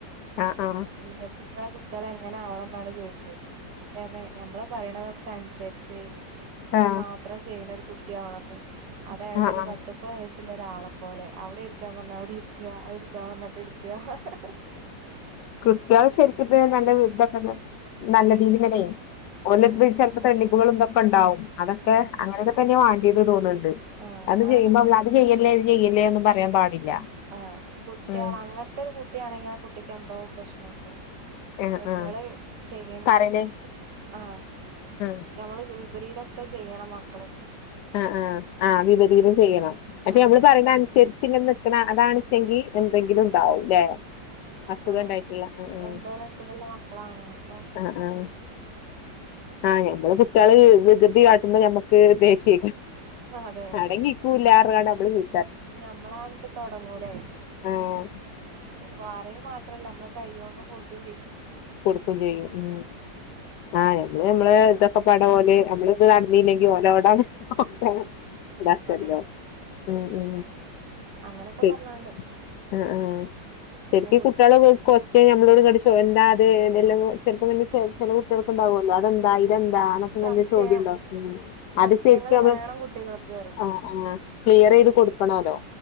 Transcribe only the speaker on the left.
ആ ആ
ആ ആ
ആ
ആ
കുട്ടിയള് ശരിക് ഇത് നല്ല ഇതൊക്കെ ന നല്ല
രീതി ഇങ്ങനെ ഓലട്ത്ത്
ചെലപ്പോ തണ്ണിപ്പുകളും ഇതൊ ക്കെണ്ടാവും അതൊക്കെ
അങ്ങനെയൊക്കെ തന്നെയാ വാണ്ടിയത് തോന്നിണ്ട്,
അത് കഴിയുമ്പോ
അവള് അത് ചെയ്യല്ലേ <unintelligible> ചെയ്യല്ലേ ഒന്നും പറയാൻ പാടില്ല
ഉം
ആഹ്
ആഹ്
പറയണേ
ആഹ്
ആ ആഹ് ആഹ് വിപരീതം ചെയ്യണം, പക്ഷെ
നമ്മള് പറയണ് അനുസരിച്ച് ഇങ്ങനെ നിക്ക് അ <inaudible> അതാണിച്ചെങ്കി എന്തെങ്കിലും ഉണ്ടാവും ല്ലേ അസുഖം
ഉണ്ടായിട്ടുള്ള ആഹ് ആഹ്
ആഹ് ആഹ് ആഹ് ഞമ്മള് കുട്ടികള് വികൃതി കാട്ടുമ്പോ ഞമ്മക്ക് ദേഷ്യ
അടങ്ങിക്കൂലാ പറഞ്ഞാണ്ട് നമ്മള് വി
ആഹ്
കൊടുക്കും ചെയ്യും ഉം. ആഹ് ഞമ്മൾ നമ്മള് ഇതൊക്കെ പട പോലെ നമ്മള് ഇത് നടന്നല്ലെങ്ക <unintelligible> ഒക്കെ ഇതാക്കല്ലോ
ഉ ഉ
ശരി
ആ ആ
ശരിക്ക
കുട്ടികളൊക്കെ നമ്മളോട് കിച്ചു എന്താ അല്ല ചെിലപ്പം തന്നെ ചില കുട്ടികൾക്ക ഉണ്ടാാവുമല്ലോ അതെന്താ ഇതെന്താൊക്കെ ഇങ്ങന
ചോദ്യം ഉണ്ടോ ഉ
അത് സേഫി ആ
ആ ക്ലിയർ ചെയ്ത് കൊടുക്കണല്ലോ